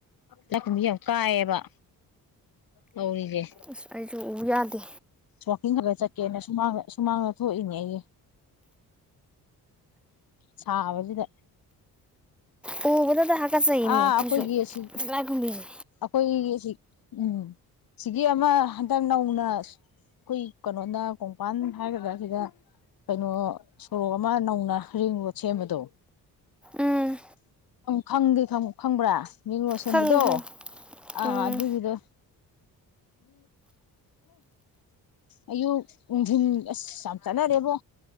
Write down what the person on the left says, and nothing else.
ꯂꯀꯗꯤ ꯌꯥꯝ ꯀꯥꯏꯌꯦꯕ ꯇꯧꯔꯤꯁꯦ
ꯏꯤꯡ ꯈꯔ ꯆꯠꯀꯦꯅ ꯁꯨꯃꯥꯡꯗ ꯁꯨꯃꯥꯡꯗ ꯊꯣꯛꯏꯅꯦ ꯑꯩꯁꯦ ꯁꯥꯕꯁꯤꯗ
ꯑꯥ
ꯑꯩꯈꯣꯏꯒꯤ ꯑꯁꯤ
ꯑꯩꯈꯣꯏꯒꯤ ꯁꯤ ꯎꯝ ꯁꯤꯒꯤ ꯑꯃ ꯍꯟꯗꯛ ꯅꯧꯅ ꯑꯩꯈꯣꯏ ꯀꯩꯅꯣꯅ ꯀꯣꯡꯄꯥꯟ ꯍꯥꯏꯒꯗ꯭ꯔꯥ ꯁꯤꯗ ꯀꯩꯅꯣ ꯁꯣꯔꯣꯛ ꯑꯃ ꯅꯧꯅ ꯔꯤꯡ ꯔꯣ ꯁꯦꯝꯕꯗꯣ
ꯈꯪꯗꯦ ꯈꯪꯕ꯭ꯔꯥ ꯅꯤꯡꯉꯣ ꯁꯦꯝꯕꯗꯣ
ꯑ
ꯑꯗꯨꯗꯗꯤꯗ ꯑꯌꯨꯛ ꯅꯨꯡꯊꯜ ꯑꯁ ꯌꯥꯝ ꯆꯠꯅꯔꯦꯕꯣ